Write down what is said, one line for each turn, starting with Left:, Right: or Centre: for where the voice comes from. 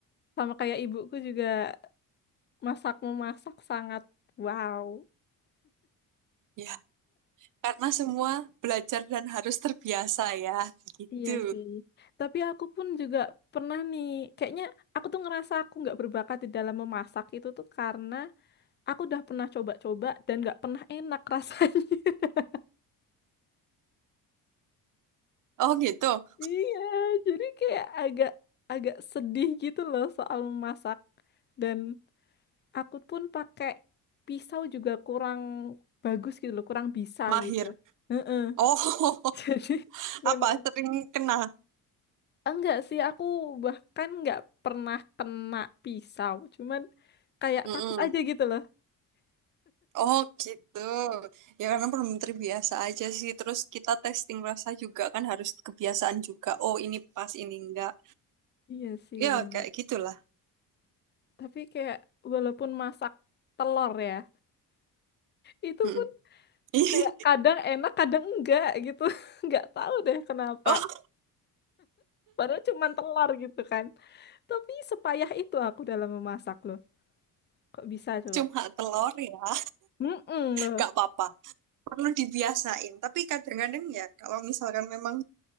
Left: Sama kayak ibuku juga masak memasak sangat wow.
Right: Ya, karena semua belajar dan harus terbiasa ya, gitu.
Left: Iya sih. Tapi aku pun juga pernah nih, kayaknya aku tuh ngerasa aku nggak berbakat di dalam memasak itu tuh karena aku udah pernah coba-coba dan nggak pernah enak rasanya. <laughs>
Right: Oh gitu.
Left: Iya, jadi kayak agak agak sedih gitu loh soal memasak. Dan aku pun pakai pisau juga kurang bagus gitu loh, kurang bisa
Right: Mahir.
Left: gitu. Heeh.
Right: Oh,
Left: <laughs>
Right: <laughs>
Left: Jadi memang
Right: apa sering kena?
Left: Enggak sih, aku bahkan nggak pernah kena pisau. Cuman kayak
Right: Mm-mm.
Left: takut aja gitu loh.
Right: Oh, gitu. Ya karena belum terbiasa aja sih. Terus kita testing rasa juga kan harus kebiasaan juga. Oh, ini pas, ini enggak.
Left: Iya sih,
Right: Ya
Left: bener.
Right: kayak gitulah.
Left: Tapi kayak walaupun masak telur ya, itu
Right: Mm-mm.
Left: pun kayak
Right: <laughs>
Left: kadang enak, kadang enggak gitu. <laughs> Nggak tahu deh kenapa.
Right: Oh,
Left: Padahal cuman telur gitu kan. Tapi sepayah itu aku dalam memasak loh. Kok bisa coba?
Right: cuma telur ya.
Left: mm loh.
Right: Gak apa-apa. Perlu dibiasain. Tapi kadang-kadang ya kalau misalkan memang